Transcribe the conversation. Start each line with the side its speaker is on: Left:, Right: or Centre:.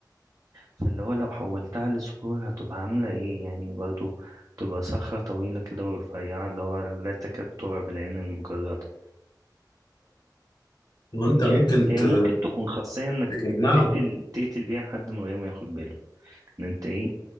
Right: فاللي هو لو حولتها لصخور هتبقى عاملة ايه يعني برضو تبقى صخرة طويلة كده ورفيعة اللي هو لا تكاد ترى بالعين المجردة
Left: وأنت
Right: مش
Left: ممكن
Right: عارف. هي
Left: ت-
Right: ممكن تكون خاصية انك
Left: تجمعه
Right: تقتل تقتل بيها حد من غير ما ياخد باله ان انت ايه